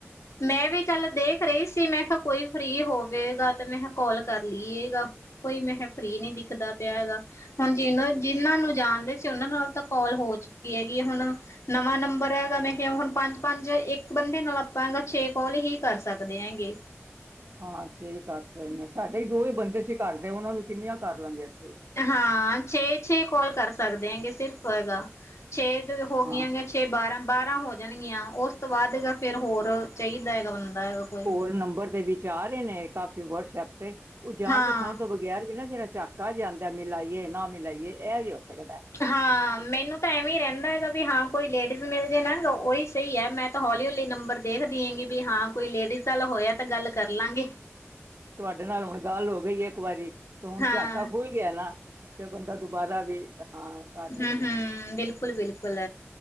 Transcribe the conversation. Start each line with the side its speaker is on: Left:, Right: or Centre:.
Left: ਮੈਂ ਵੀ ਚੱਲ ਦੇਖ ਰਹੀ ਸੀ, ਮੈਂ ਕਿਹਾ ਕੋਈ ਫਰੀ ਹੋਵੇਗਾ, ਤੇ ਮੈਂ ਕਾਲ ਕਰ ਲਈਏਗਾ, ਕੋਈ ਮੈਂ ਕਿਹਾ ਫਰੀ ਨਹੀਂ ਦਿਖਦਾ ਪਿਆ ਹੈਗਾ। ਹੁਣ ਜਿਨਾਂ ਨੂੰ ਜਾਣਦੇ ਸੀ, ਉਹਨਾਂ ਨਾਲ ਤਾਂ ਕਾਲ ਹੋ ਚੁੱਕੀ ਹੈਗੀ ਆ ਹੁਣ। ਨਵਾਂ ਨੰਬਰ ਹੈਗਾ, ਮੈਂ ਕਿਹਾ ਹੁਣ ਪੰਜ -ਪੰਜ ਇੱਕ ਬੰਦੇ ਨਾਲ ਆਪਾਂ ਛੇ ਕਾਲ ਹੀ ਕਰ ਸਕਦੇ ਹੈਂਗੇ।
Right: ਹਾਂ ਛੇਹੀ ਕਰ ਸਕਦੇ ਸਾਡੇ ਹੀ ਦੋ ਹੀ ਬੰਦੇ ਸੀ ਘਰਦੇ, ਉਹਨਾਂ ਨੂੰ ਕਿੰਨੀਆਂ ਕਰ ਲਾਂਗੇ ਅਸੀ।
Left: ਹਾਂ ਛੇ -ਛੇ ਕਾਲ ਕਰ ਸਕਦੇ ਹੈਗੇ, ਸਿਰਫ ਹੈਗਾ, ਛੇ ਹੋਗੀਆਂ
Right: ਹਾਂ
Left: ਗ ਛੇ, ਛੇ ਬਾਰਾਂ ਹੋ ਜਾਣਗੀਆਂ ਉਸ ਤੋਂ ਬਾਅਦ ਹੈਗਾ, ਫਿਰ ਹੋਰ ਚਾਹੀਦਾ ਹੈਗਾ ਬੰਦਾ ਹੈਗਾ। ਕੋਈ
Right: ਹੋਰ ਨੰਬਰ ਦੇ ਵਿੱਚ ਆ ਰਹੇ ਨੇ, ਕਾਫੀ ਵਟਸਐਪ 'ਤੇ। ਉਹ ਜਾਣ
Left: ਹਾਂ।
Right: -ਪਛਾਣ ਤੋਂ ਬਗੈਰ ਵੀ ਨਾ ਜਿਹੜਾ ਝਾਕਾ ਜਾਂਦਾ ਮਿਲਾਈਏ ਨਾ ਮਿਲਾਈਏ, ਇਹ ਵੀ ਹੋ ਸਕਦਾ।
Left: ਹਾਂ, ਮੈਨੂੰ ਤਾਂ ਐਵੇਂ ਰਹਿੰਦਾ। ਵੀ ਹਾਂ ਕੋਈ ਲੇਡੀਜ਼ ਮਿਲ ਜੇ ਨਾ, ਉਹੀ ਸਹੀ ਹੈ, ਮੈਂ ਤਾਂ ਹੌਲੀ- ਹੌਲੀ ਨੰਬਰ ਦੇਖ ਦੀਆ, ਵੀ ਹਾਂ ਕੋਈ ਲੇਡੀਜ਼ ਚੱਲ ਹੋਇਆ, ਤਾਂ ਗੱਲ ਕਰ ਲਾਂਗੇ।
Right: ਸਾਡੇ ਨਾਲ ਹੁਣ ਗੱਲ ਹੋ ਗਈ ਹੈ ਇੱਕ ਵਾਰੀ, ਤੇ ਹੁਣ
Left: ਹਾਂ
Right: ਝਾਕਾ ਖੁਲ ਗਿਆ ਨਾ, ਤੇ ਬੰਦਾ ਦੁਬਾਰਾ ਵੀ ਹਾਂ। ਕਰ ਸਕਦਾ
Left: ਹਮ -ਹਮ, ਬਿਲਕੁਲ- ਬਿਲਕੁਲ,